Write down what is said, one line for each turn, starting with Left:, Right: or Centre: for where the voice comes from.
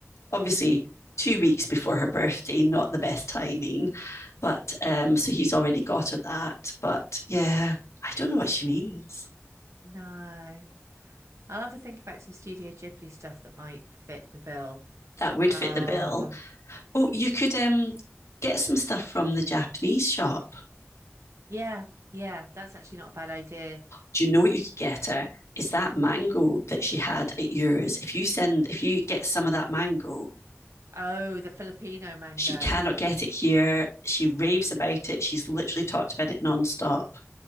Left: obviously two weeks before her birthday, not the best timing. But um, so he's already got her that. But yeah, I don't know what she means.
Right: no. I'll have a think about some Studio Ghibli stuff that might fit the bill.
Left: That would
Right: Um,
Left: fit the bill. Oh, you could um get some stuff from the Japanese shop.
Right: yeah, yeah, that's actually not a bad idea.
Left: Do you know what you could get her? Is that mango that she had at yours? If you send, if you get some of that mango,
Right: Oh, the Filipino mango.
Left: she cannot get it here. She raves about it. She's literally talked about it nonstop.